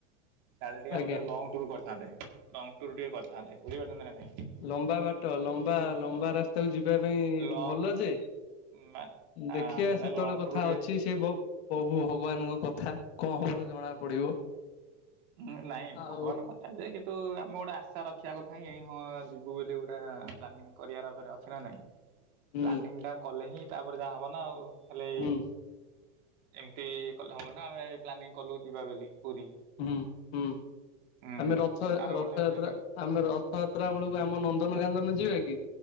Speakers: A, on the right (about 40°); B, on the left (about 55°).
A: ସାଡେ ଟିକେ
B: ଆଜ୍ଞା।
A: ଆମର ଟିକେ ଲଙ୍ଗ ଟୁର୍ କରିଥାନ୍ତେ, ଲଙ୍ଗ ଟୁରୂ ଟିକେ କରିଥାନ୍ତେ, ବୁଝିପାରୁଚନ୍ତି ନା ନାଇଁ?
B: ଲମ୍ବା ବାଟ, ଲମ୍ବା ଲମ୍ବା ରାସ୍ତାକୁ ଯିବା ପାଇଁ
A: ଲଙ୍ଗ
B: ଭଲ ଯେ
A: ମାନେ
B: ଦେଖିଆ
A: ମାନେ
B: ସେତବେଳେ
A: ଲଙ୍ଗ
B: କଥା
A: ଟୁର୍ ଟିକେ
B: ଅଛି ସେଇ ଭ ପ୍ରଭୁ ଭଗବାନଙ୍କ କଥା କଣ ହବ ଜଣା ପଡିବ।
A: ମୁଁ ନାଇଁ
B: ଆଉ
A: ଭଗବାନଙ୍କ ଥା ଯେ କିନ୍ତୁ ଆମେ ଗୋଟେ ଆଶା ରଖିବା କଥା ହଁ ଏଇ ଯିବୁ ବୋଲି ଗୋଟେ ପ୍ଲାନିଂ କରିବାର ଫେର୍ ଅଛି ନା ନାହିଁ।
B: ହୁଁ
A: ପ୍ଲାନିଂ ଟା କଲେ ହିଁ ତାପରେ ଯାହା ହବ ନା ଆଉ, ଖାଲି
B: ହୁଁ
A: ଏମତି କଲେ ହବ ନା ଆମେ ପ୍ଲାନିଂ କଲୁ ଯିବା ବେଲି ପୁରୀ।
B: ହୁଁ, ହୁଁ
A: ହୁଁ
B: ଆମେ ରଥ
A: ଆର
B: ରଥଯାତ୍ରା
A: ବର୍ଷ ବି ସେମିତି
B: ଆମେ ରଥଯାତ୍ରା ବେଳକୁ ଆମ ନନ୍ଦନକାନନ ଯିବା କି